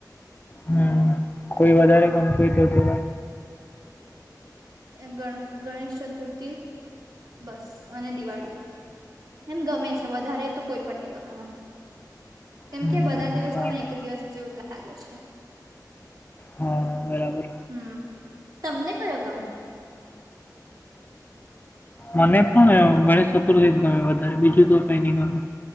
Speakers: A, on the left; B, on the right.
A: હમ કોઈ વધારે
B: હમ
A: ગમતું હોય તો વા
B: ગણ ગણેશ ચતુર્થી બસ અને દિવાળી એમ ગમે છે વધારે તો કોઈ ની ગમે મને કેમ
A: હમ
B: કે બધા દિવસ
A: સારું
B: તો મને એક દિવસ જેવું જ લાગે છે
A: હા બરાબર
B: હમ તમને કયો ગમે
A: મને પણ ગણેશ ચતુર્થી જ ગમે વધારે બીજું તો કઈ ન ગમે